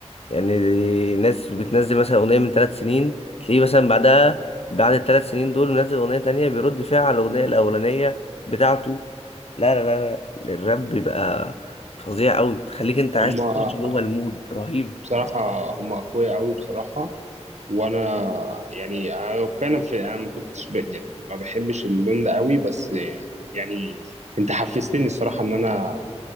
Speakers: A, on the left; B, on the right.
A: يعني ناس بتنزل مثلا أغنية من ثلاث سنين تلاقيه مثلا بعدها بعد الثلاث سنين دول منزل أغنية تانية بيرد فيها على الأغنية الأولانية بتاعته لا لا لا لا، الراب بيبقى فظيع أوي تخليك أنت
B: هم
A: عايز تخش جوه المود رهيب
B: بصراحة هم أقوياء أوي بصراحة وأنا يعني أنا فعلا في أنا ما كنتش ب... يعني ما بحبش اللون ده أوي بس يعني أنت حفزتني الصراحة إن أنا